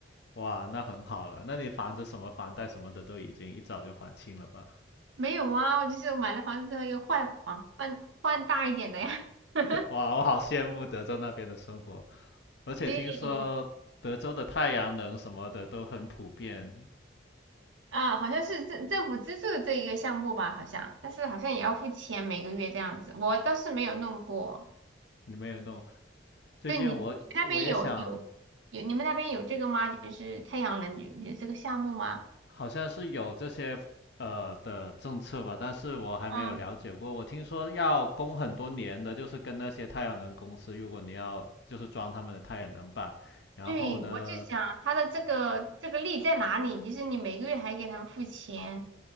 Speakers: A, on the left (about 60°); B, on the right (about 85°).
A: 哇，那很好了，那你房子什么房贷什么的都已经一早就还清了吧？
B: 没有啊，我就是买了房子之后又换房，换换大一点的呀。<laughs>
A: <laughs> 哇，我好羡慕德州那边的生活，而且听说德州的太阳能什么的都很普遍，
B: 对，啊，好像是政政府资助的这一个项目吧，好像，但是好像也要付钱每个月这样子，我倒是没有弄过。
A: 你没有弄？最近我我也想
B: 对，你你们那边有有有你们那边有这个吗？就是太阳能有有这个项目吗？
A: 好像是有这些呃的政策吧，但是我还没有了解过。
B: 嗯，
A: 我听说要供很多年的，就是跟那些太阳能公司，如果你要就是装他们的太阳能板，然后呢，
B: 对，我就想它的这个这个利在哪里？就是你每个月还给他们付钱，